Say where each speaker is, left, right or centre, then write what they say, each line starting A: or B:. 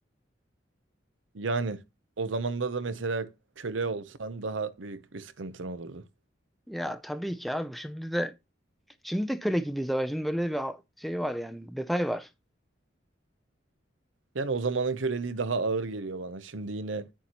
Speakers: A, on the right (about 80°); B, in the centre.
A: Yani o zamanda da mesela köle olsan daha büyük bir sıkıntın olurdu.
B: Ya tabii ki abi şimdi de şimdi de köle gibiyiz ama şimdi böyle bir şey var yani detay var.
A: Yani o zamanın köleliği daha ağır geliyor bana. Şimdi yine